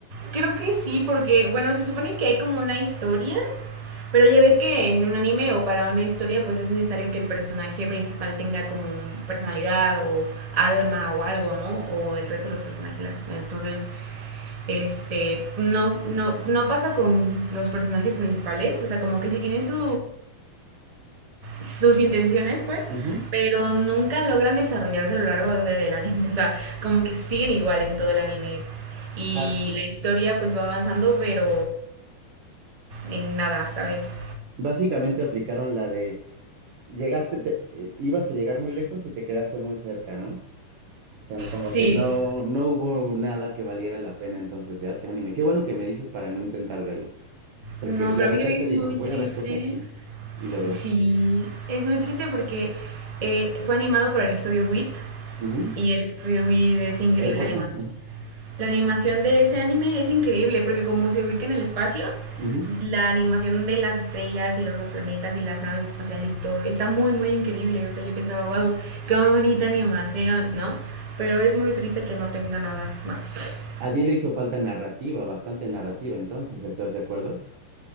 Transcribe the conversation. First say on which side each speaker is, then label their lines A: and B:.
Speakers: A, on the right (about 20°); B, on the right (about 75°).
A: creo que sí, porque, bueno, se supone que hay como una historia, pero ya ves que en un anime o para una historia, pues es necesario que el personaje principal tenga como personalidad o alma o algo, ¿no? O el resto de los personajes. Entonces, este, no, no, no pasa con los personajes principales, o sea, como que sí tienen su, sus intenciones, pues,
B: Ujú.
A: pero nunca logran desarrollarse a lo largo del anime, <laughs> o sea, como que siguen igual en todo el anime. Y
B: Ah,
A: la historia pues va avanzando, pero en nada, ¿sabes?
B: básicamente aplicaron la de llegaste, te- eh, ibas a llegar muy lejos y te quedaste muy cerca, ¿no? O sea, como
A: Sí,
B: que no, no hubo nada que valiera la pena entonces de ese anime. Qué bueno que me dices para no intentar verlo, porque
A: no,
B: de
A: pero
B: repente
A: fíjate que es
B: digo,
A: muy
B: voy
A: triste.
B: a ver cosas y, y lo veo.
A: Sí, es muy triste porque eh, fue animado por el estudio WIT
B: Ujú,
A: y el estudio WIT es increíble
B: Es bueno.
A: animando. La animación de ese anime es increíble porque como se ubica en el espacio,
B: ujú, ujú.
A: la animación de las estrellas y los planetas y las naves espaciales y todo está muy muy increíble. O sea, yo pensaba, wow, qué bonita animación, ¿no? Pero es muy triste que no tenga nada más. <laughs>
B: Allí le hizo falta narrativa, bastante narrativa, entonces, ¿estás de acuerdo?